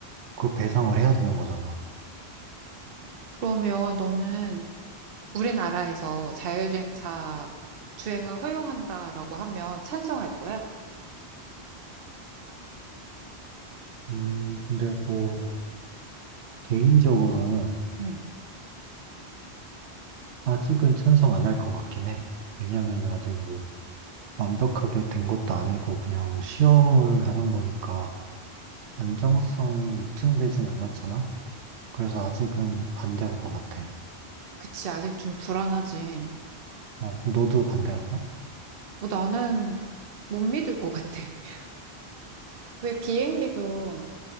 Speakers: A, on the right; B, on the right.
A: 그 배상을 해야 되는 거잖아.
B: 그러면 너는 우리나라에서 자율주행차 주행을 허용한다라고 하면 찬성할 거야?
A: 음, 근데 뭐 개인적으로는
B: 응.
A: 아직은 찬성 안 할 것 같긴 해. 왜냐면 아직 뭐 완벽하게 된 것도 아니고 그냥 시험을 하는 거니까. 안정성이 입증되진 않았잖아? 그래서 아직은 반대할 것 같아.
B: 그치, 아직 좀 불안하지.
A: 어, 너도 반대할 거야?
B: 뭐 나는 못 믿을 것 같아. <laughs> 왜 비행기도